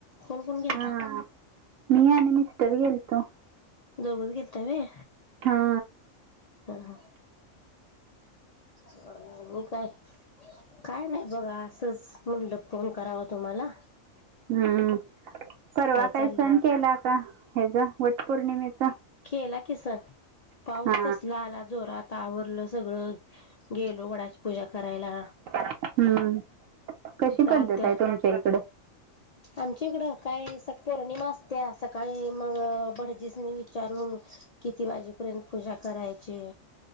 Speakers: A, on the left; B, on the right.
A: कोण कोण गेलता?
B: हा मी आणि मिस्टर गेलतो.
A: दोघच गेलता होय
B: हा
A: हां हां. अ म काय? काय नाही. बघा असंच म्हणलं फोन कराव तुम्हाला.
B: हम्म परवा
A: काय
B: काही
A: चाललंय
B: सण केला का हेचा वट पौर्णिमेचा?
A: केला की सण. पाऊस
B: हा
A: कसला आला जोरात आवरलं सगळं गेलो वडाची पूजा करायला.
B: हम्म कशी
A: तिथं
B: पद्धत
A: आलत्या
B: आहे तुमच्या इकडं?
A: आमच्या इकडं काही स पौर्णिमा असते सकाळी मग भटजीसनी विचारून. किती वाजेपर्यंत पूजा करायची.